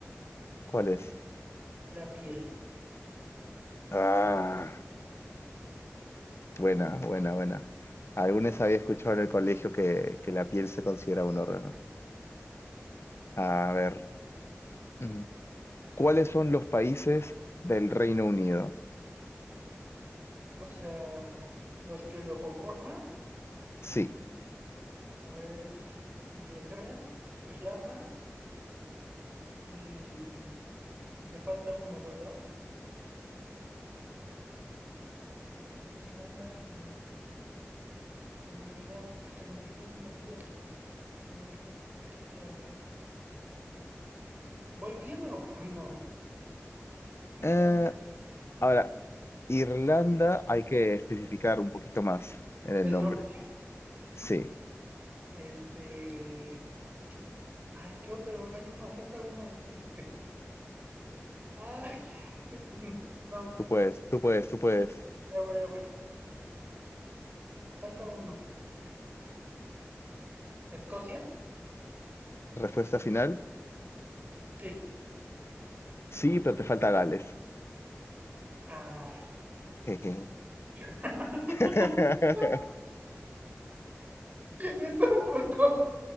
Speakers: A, on the left; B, on the right.
A: ¿Cuál es?
B: la piel.
A: Ah, buena, buena, buena. Algunos había escuchado en el colegio que, que la piel se considera un órgano. A ver, mm, ¿cuáles son los países del Reino Unido?
B: O sea, los que lo conforman,
A: Sí.
B: a ver, es Inglaterra, Irlanda y... Me falta uno, ¿verdad? Inglaterra, Irlanda y... Se me olvidó, se me olvidó, se me olvidó. Se me olvidó. Este, a ver. ¿Voy bien o <laughs> no? Irlanda
A: Eh, ahora, Irlanda hay que especificar un poquito más en
B: del
A: el nombre.
B: Norte.
A: Sí,
B: Este. Ay, ¿qué otro? Hay uno, falta uno. Este. Ay. <laughs> No,
A: tú puedes, tú puedes, tú puedes.
B: a ver, a ver. Falta uno. Ese. ¿Escocia?
A: Respuesta final.
B: Sí.
A: Sí, pero te falta Gales.
B: Ay.
A: Jeje.
B: <laughs>
A: <laughs>
B: Eso fue con